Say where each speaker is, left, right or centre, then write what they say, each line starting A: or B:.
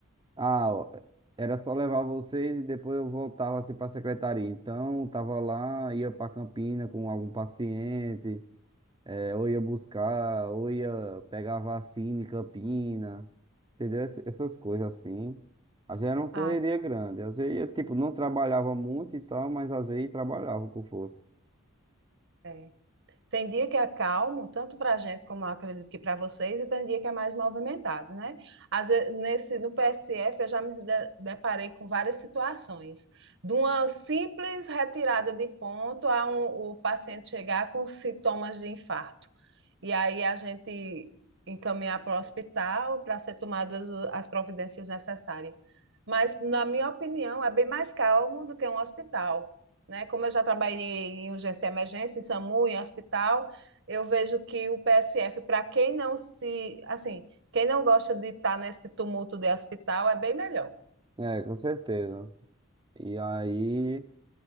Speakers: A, on the right (about 25°); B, on the right (about 65°).
A: ah, ó, era só levar vocês e depois eu voltava assim pra secretaria. Então, tava lá, ia pra Campina com algum paciente, é, ou ia buscar, ou ia pegar vacina em Campina, entendeu? Ess- Essas coisas assim. Às vezes era uma correria
B: Ah,
A: grande, às vezes eu, tipo, não trabalhava muito e tal, mas às vezes trabalhava com força.
B: é. Tem dia que é calmo, tanto para a gente como eu acredito que para vocês, e tem dia que é mais movimentado, né? Às vezes, nesse, no PSF, eu já me de- deparei com várias situações, de uma simples retirada de ponto a um- o paciente chegar com sintomas de infarto. e aí a gente encaminhar para o hospital para ser tomadas as providências necessárias. Mas, na minha opinião, é bem mais calmo do que um hospital, né? Como eu já trabalhei em urgência e emergência, em SAMU, em hospital, eu vejo que o PSF, para quem não se, assim, quem não gosta de estar nesse tumulto de hospital, é bem melhor.
A: É, com certeza. E aí,